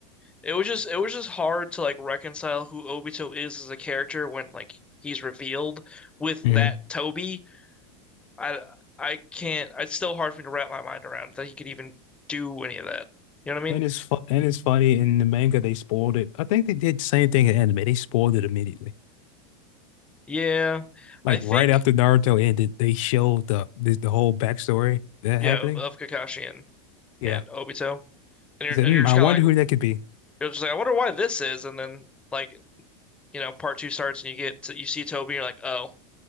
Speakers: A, in the centre; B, on the left.
A: It was just it was just hard to like reconcile who Obito is as a character when like he's revealed with
B: hmm
A: that Toby. I I can't. It's still hard for me to wrap my mind around that he could even do any of that. You know what
B: And
A: I mean?
B: it's fu and it's funny in the manga they spoiled it. I think they did the same thing in anime. They spoiled it immediately.
A: Yeah,
B: Like
A: I think
B: right after Naruto ended, they showed the the, the whole backstory that
A: yeah
B: happening.
A: of, of Kakashi and
B: Yeah.
A: and Obito, and you're
B: He said,
A: and
B: hmm,
A: you're just
B: I
A: kind
B: wonder who
A: of like
B: that could be.
A: you're just like I wonder why this is, and then like you know part two starts and you get to, you see Toby and you're like oh